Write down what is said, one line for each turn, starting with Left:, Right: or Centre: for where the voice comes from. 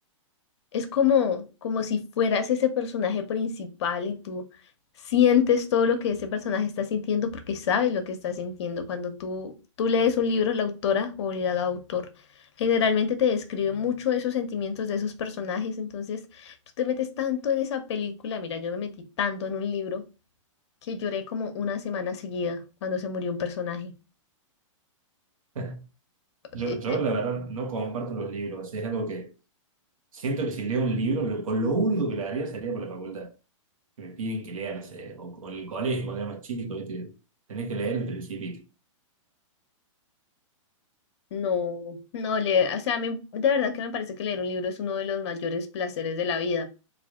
Left: Es como, como si fueras ese personaje principal y tú sientes todo lo que ese personaje está sintiendo porque sabes lo que está sintiendo. Cuando tú, tú lees un libro, la autora o el autor generalmente te describe mucho esos sentimientos de esos personajes. Entonces tú te metes tanto en esa película. Mira, yo me metí tanto en un libro que lloré como una semana seguida cuando se murió un personaje.
Right: <laughs> Yo,
Left: Eh,
Right: yo,
Left: eh,
Right: la verdad, no comparto los libros. O sea, es algo que siento que si leo un libro, lo, con lo único que le haría sería por la facultad. Que me piden que lea, no sé, o con el colegio, cuando era más chico, ¿viste? Tenés que leer el Principito.
Left: No, no leer, o sea, a mí de verdad que me parece que leer un libro es uno de los mayores placeres de la vida.